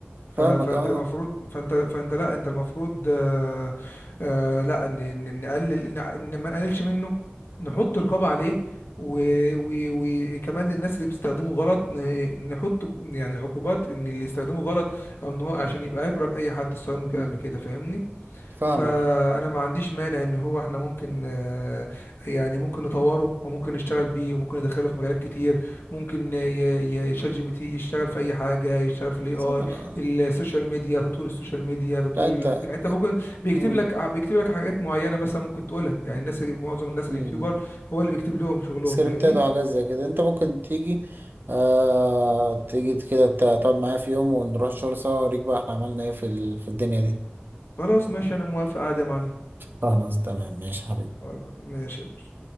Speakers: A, on the left; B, on the right.
A: ف-
B: فاهمك
A: فانت
B: اه
A: المفروض فانت فانت لا انت المفروض آه، آه، لا ن- ن- نقلل ن- ن- ما نقللش منه نحط رقابة عليه و- و- وكمان للناس اللي بتستخدمه غلط ن- نحط ج- يعني عقوبات ان اللي يستخدمه غلط او ان هو عشان يبقى عبرة لأي حد استخدمه كده
B: مم.
A: قبل كده فاهمني
B: فاهمك
A: فانا ما عنديش مانع ان هو احنا ممكن آه، يعني ممكن نطوره وممكن نشتغل بيه وممكن ندخله في مجالات كتير ممكن ي- ي- شات جي بي تي يشتغل في اي حاجه يشتغل في الاي
B: بس
A: اي
B: أنا...
A: السوشيال ميديا تطوير السوشيال ميديا تطوير
B: لا انت
A: ال... يعني انت ممكن بيكتب
B: مم.
A: لك بيكتب لك حاجات معينه مثلا ممكن تقولها يعني الناس معظم الناس
B: مم.
A: اليوتيوبر هو اللي بيكتب لهم شغلهم
B: سكريبتات
A: فاهمني
B: وحاجات زي كده انت ممكن تيجي آه تيجي كده تقعد معايا في يوم ونروح الشغل سوا اوريك بقى احنا عملنا ايه في ال... في الدنيا دي
A: خلاص ماشي انا موافق عادي يا معلم
B: خلاص تمام ماشي حبيبي
A: خلاص، ماشي يا باشا